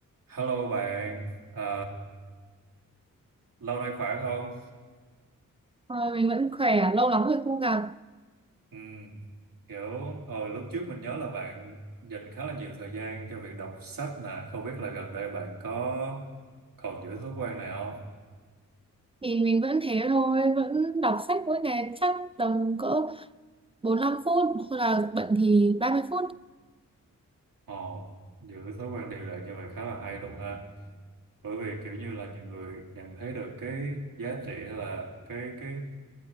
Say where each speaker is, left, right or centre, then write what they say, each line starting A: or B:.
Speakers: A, on the right (about 70°); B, on the right (about 15°).
A: Hello bạn, Ờ, lâu nay khỏe không?
B: Thôi mình vẫn khỏe, lâu lắm rồi không gặp
A: Ừ, kiểu hồi lúc trước mình nhớ là bạn dành khá là nhiều thời gian cho việc đọc sách nè, không biết là gần đây bạn có còn giữ thói quen này không?
B: thì mình vẫn thế thôi, vẫn đọc sách mỗi ngày chắc tầm cỡ 45 phút hoặc là bận thì 30 phút.
A: Ồ, giữ thói quen đều đặn như vậy khá là hay luôn ha, bởi vì kiểu như là nhiều người nhận thấy được cái giá trị hay là cái cái